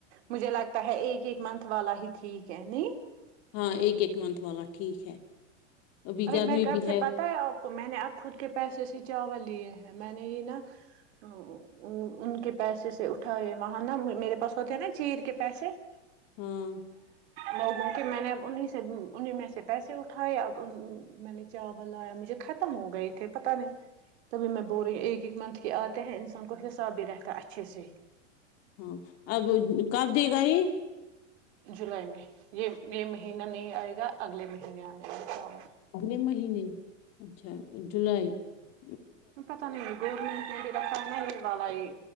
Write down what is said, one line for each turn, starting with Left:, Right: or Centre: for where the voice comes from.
Right: مجھے لگتا ہے ایک ایک منتھ والا ہی ٹھیک ہے نہیں <unintelligible>
Left: ہاں ایک ایک منتھ والا ٹھیک ہے <unintelligible> ابھی
Right: ارے
Left: گرمی
Right: میں کب
Left: بھی
Right: سے پتا ہے <unintelligible> میں نے اب خود کے پیسے سے چاول لیے ہیں میں نے یہ نا ان کے پیسے سے اٹھائے وہاں نا میرے پاس ہوتے ہیں نا چیر کے پیسے <unintelligible>
Left: ہاں <unintelligible>
Right: لوگوں کے میں نے اب انہیں سے انہیں میں سے پیسے اٹھائے اب <unintelligible> میں نے چاول لایا مجھے ختم ہو گئے تھے پتہ نہیں تبھی میں بول رہی ایک ایک منتھ کے آتے ہیں انسان کو حساب بھی رہتا اچھے سے <unintelligible>
Left: ہاں اب کاف <unintelligible> دے گا ہی <unintelligible>
Right: جولائی میں یہ یہ مہینہ نہیں آئے گا اگلے مہینے آئے گا چ <unintelligible>
Left: اگلے مہینے اچھا جولائی <unintelligible>
Right: پتہ نہیں گورنمنٹ نے بھی رکھا نہا ہے والا یہ